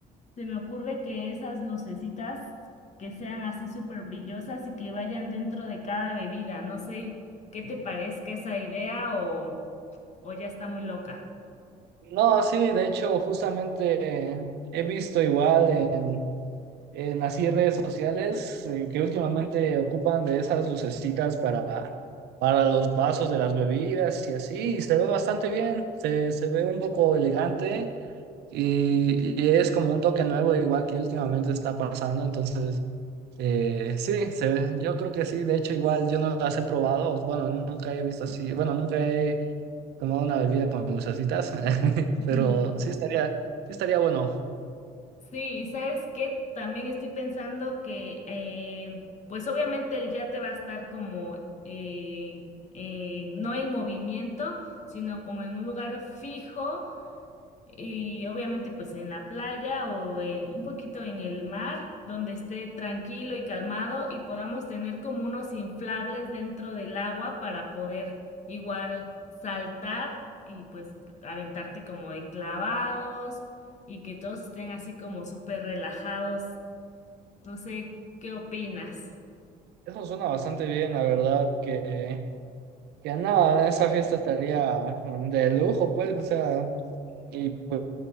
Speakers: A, on the left; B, on the right.
A: Se me ocurre que esas lucecitas que sean así súper brillosas y que vayan dentro de cada bebida. No sé qué te parezca esa idea o, o ya está muy loca.
B: No, sí, de hecho, justamente he visto igual en, en así redes sociales eh, que últimamente ocupan de esas lucecitas para, para los vasos de las bebidas y así, y se ve bastante bien, se, se ve un poco elegante y, y es como un toque nuevo igual que últimamente está pasando, entonces... Eh, sí, se ve. Yo creo que sí. De hecho, igual yo no las he probado. Bueno, nunca he visto así. Bueno, nunca he tomado una bebida con lucecitas, <laughs>
A: <laughs>
B: pero sí estaría, sí estaría bueno.
A: Sí, y sabes qué, también estoy pensando que, eh, pues obviamente el yate va a estar como, eh, eh, no en movimiento, sino como en un lugar fijo Y obviamente pues en la playa o en un poquito en el mar, donde esté tranquilo y calmado y podamos tener como unos inflables dentro del agua para poder igual saltar y pues aventarte como de clavados y que todos estén así como súper relajados. No sé, ¿qué opinas?
B: Eso suena bastante bien, la verdad. Que, que nada, esa fiesta estaría mm, de lujo, pues. O sea, y pues,